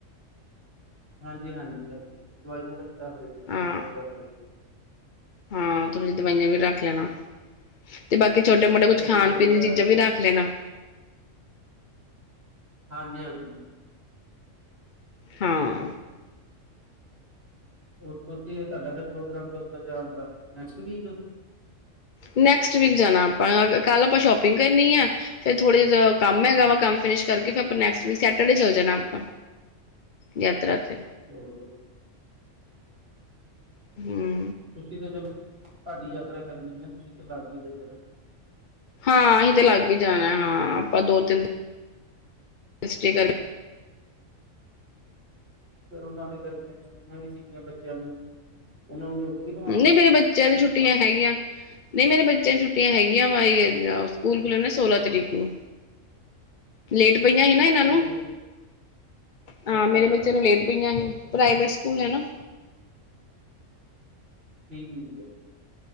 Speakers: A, on the right; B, on the left.
A: ਹਾਂਜੀ-ਹਾਂਜੀ ਹਾਂਜੀ, ਦਵਾਈਆਂ ਦਾ ਵੀ ਦੱਸਦੇ ਪਏ, ਦਵਾਈਆਂ
B: ਹਾਂ
A: ਵੀ ਰੱਖ ਲਈਓ।
B: ਹਾਂ ਥੋੜੀ ਦਵਾਈਆਂ ਵੀ ਰੱਖ ਲੈਣਾ। ਤੇ ਬਾਕੀ ਛੋਟੇ-ਮੋਟੇ ਕੁੱਛ
A: ਟੋਪੀਆਂ
B: ਖਾਣ-ਪੀਣ
A: ਵਗੈਰਾ
B: ਦੀ ਚੀਜ਼ਾਂ
A: ਗਰਮ
B: ਵੀ ਰੱਖ ਲੈਣਾ।
A: ਹਾਂਜੀ-ਹਾਂਜੀ,
B: ਹਾਂ,
A: ਔਰ ਸੱਭ ਠੀਕ ਹੈ, ਤੁਹਾਡਾ ਤਾ ਪ੍ਰੋਗਰਾਮ ਕਦੋਂ ਦਾ ਜਾਣਦਾ ਨੈਕਸਟ ਵੀਕ,
B: ਨੈਕਸਟ ਵੀਕ ਜਾਣਾ ਆਪਾਂ, ਕੱਲ ਆਪਾਂ ਸ਼ੋਪਿੰਗ ਕਰਨੀ ਹੈ। ਫੇਰ ਥੋੜੇ ਜਿਹੇ ਕੰਮ ਹੈ ਗਾ ਵਾ, ਕੰਮ ਫਿਨਿਸ਼ ਕਰਕੇ ਫਿਰ ਆਪਾਂ ਨੈਕਸਟ ਸੈਟਰਡੇ ਚੱਲ ਜਾਣਾ ਆਪਾਂ- ਯਾਤਰਾ ਤੇ,
A: ਹੁੰ,
B: ਹੁੰ,
A: ਤੁਸੀਂ ਤਾ ਚਲੋ, ਤੁਹਾਡੀ ਯਾਤਰਾ ਕਰਨੀ ਹੈ, ਤੁਸੀਂ ਤਾ ਲਾਗੇ ਹੀ ਦੇਣਾ।
B: ਹਾਂ, ਅਸੀਂ ਤਾਂ ਲਾਗੇ ਹੀ ਜਾਣਾ, ਹਾਂ ਆਪਾਂ ਦੋ ਤਿੰਨ,, ਸਟੇ ਕਰਕੇ।
A: ਚਲੋ ਨਾਲੇ, ਗਰਮੀਆਂ ਦੀ ਛੁੱਟੀਆਂ ਵੀ ਸੀ ਗੀਆਂ, ਬੱਚਿਆਂ ਦੀ ਉਹਨਾਂ ਨੂੰ ਉਦੋਂ ਹੀ।
B: ਨਹੀਂ ਮੇਰੇ ਬੱਚਿਆਂ ਨੁੰ ਛੁੱਟੀਆਂ ਹੈਗੀਆਂ। ਨਹੀਂ ਮੇਰੇ ਬੱਚਿਆਂ ਦੀਆਂ ਛੁੱਟਿਆ ਹੈਗੀਆਂ ਵਾ, ਸਕੂਲ ਖੁੱਲਣਗੇ, ਸੋਲਾਂ ਤਰੀਕ ਨੂੰ।
A: <inaudible>
B: ਲੇਟ ਪਈਆਂ ਹੀ ਨਾ ਇਹਨਾਂ
A: ਬੱਚਿਆਂ
B: ਨੂੰ,
A: ਨੇ
B: ਹਾਂ,
A: ਅੱਛਾ
B: ਮੇਰੇ
A: ਅੱਛਾ
B: ਬੱਚਿਆਂ
A: ਅੱਛਾ
B: ਨੂੰ ਲੇਟ ਪਈਆਂ ਸੀ। ਪ੍ਰਾਈਵੇਟ ਸਕੂਲ ਹੈ ਨਾ,
A: ਠੀਕ ਏ।